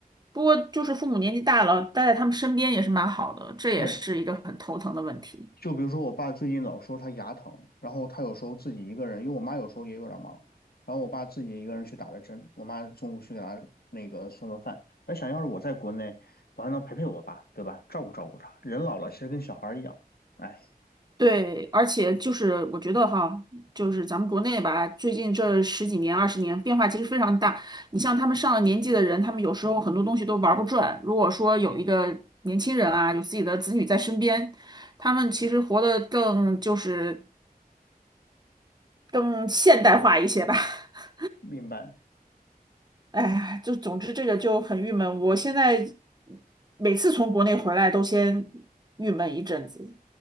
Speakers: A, on the right; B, on the left.
A: 不过，就是父母年纪大了，待在他们身边也是蛮好的，这也是一个很头疼的问题。
B: 对。就比如说我爸最近老说他牙疼，然后他有时候自己一个人，因为我妈有时候也有点忙，然后我爸自己一个人去打了针，我妈中午去给他那个送了饭。那想要是我在国内，我还能陪陪我爸，对吧？照顾照顾他。人老了其实跟小孩儿一样，哎，
A: 对，而且就是我觉得哈，就是咱们国内吧，最近这十几年、二十年变化其实非常大。你像他们上了年纪的人，他们有时候很多东西都玩不转。如果说有一个年轻人啊，有自己的子女在身边，他们其实活得更就是更现代化一些吧。<laughs>
B: 明白。
A: 哎呀，就总之这个就很郁闷。我现在每次从国内回来都先郁闷一阵子。